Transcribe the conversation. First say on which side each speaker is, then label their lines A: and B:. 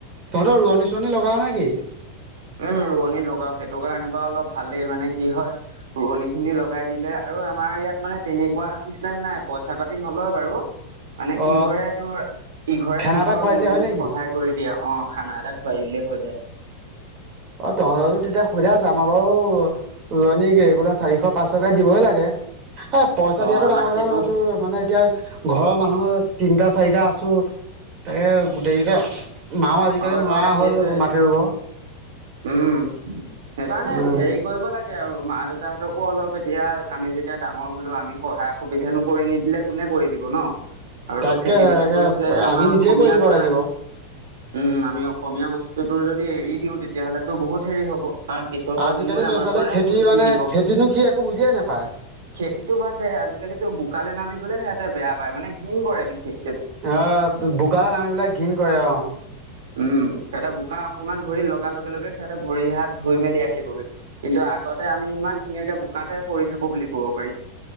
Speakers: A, on the right; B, on the right.
A: তহঁতৰ ৰোৱনী-চোৱনী লগাৱ না কি?
B: উম, ৰোৱনী লগাও। সেইটো কাৰণে বা অলপ ভালেই, মানে কি হয় ৰোৱনীখিনি লগাই দিলে, আৰু আমাৰ ইয়াত মানে তেনেকুৱা চিষ্টেম নাই, পইচা-পাতি নলয় বাৰু। মানে কি
A: অ
B: কৰে তোৰ, ইঘৰে
A: খানা
B: সিঘৰক
A: এটা খুৱাই দিলে
B: ৰুই
A: হয়
B: মেলি
A: নেকি?
B: সহায় কৰি দিয়ে। অ', খানা এটা খুৱাই দিলে হৈ যায়।
A: অ', তহঁতৰটো তেতিয়া সুবিধা আছে। আমাৰ বাৰু ৰোৱনীক ৰেগুলাৰ চাৰিশ-পাঁচশকে দিবই লাগে। এ পইচা
B: অ
A: দিয়াটো
B: আমাক
A: ডাঙৰ কথা
B: সেইটো
A: নহয়, তোৰ মানে এতিয়া ঘৰৰ মানুহ তিনিটা-চাৰিটা আছোঁ, তাকে গোটেইকেইটা, মাও আজিকালি
B: হয়
A: নোৱাৰা
B: হয় সেইটোৱে
A: হ'ল মাটি ৰুব।
B: উম, সেইকাৰণে
A: উম
B: হেৰি কৰিব লা গে আৰু, মা-দেউতাহঁতকো অলপ এতিয়া আমি যেতিয়া ডাঙৰ হ'লো, আমি সহায় সুবিধানো কৰি নিদিলে কোনে কৰি দিব, ন'? আৰু
A: তাকেহে
B: তো খেতি-বাতিটো
A: তাকে
B: হৈছে আমাৰ
A: আমি নিজে
B: অসমীয়াৰ
A: কৰি দিব
B: প্ৰাণ
A: লাগিব
B: উম, আমি অসমীয়া বস্তুটোৰ যদি এৰি দিওঁ, তেতিয়াহ'লেতো বহুত হেৰি হ'ব। কাৰণ পিছৰ প্ৰজন্মই
A: আজিকালি ল'ৰা
B: আমাৰ
A: ছোৱালীয়ে
B: পৰাই
A: খেতি
B: একো নিশিকিব।
A: মানে খেতিনো কি একো বুজিয়ে নাপায়
B: খেতিটো বাদ দে, আজিকালিতো বোকালে নামিবলে সিহঁতে বেয়া পায়, মানে ঘিণ কৰে বিশেষ
A: অ', বোকা নামিবলে ঘিণ কৰে অ'।
B: উম, সিহঁতে বোকা অকমান ভৰিত লগা লগে লগে সিহঁতে ভৰি-হাত ধুই মেলি আহিবগে। কিন্তু আগতে আমি ইমান ধুনীয়াকে বোকাতে পৰি থাকোঁ বুলি ক'ব পাৰি।